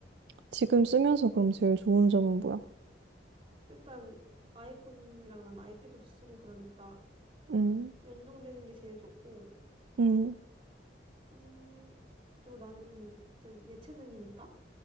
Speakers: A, on the right; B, on the right.
A: 지금 쓰면서 그럼 제일 좋은 점은 뭐야?
B: 일단 아이폰이랑 난 아이패드도 쓰고 그러니까
A: 음,
B: 연동되는 게 제일 좋고
A: 음,
B: 음 그리고 나는 제 예체능이니까